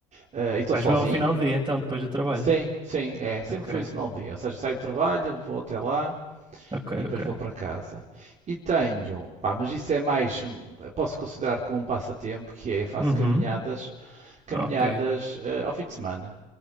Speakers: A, on the right; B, on the right.
A: eh, e estou
B: Vais
A: sozinho.
B: mesmo ao final do dia então, depois do trabalho.
A: Sim, sim, é. Sempre
B: Ok,
A: foi isso no dia. Ou seja, saio do trabalho, vou até lá
B: ok,
A: e depois
B: ok.
A: vou para casa. E tenho, pá, mas isso é mais, hum, posso considerar como um passatempo, que é faço
B: Uhum,
A: caminhadas, caminhadas
B: ok.
A: eh, ao fim de semana,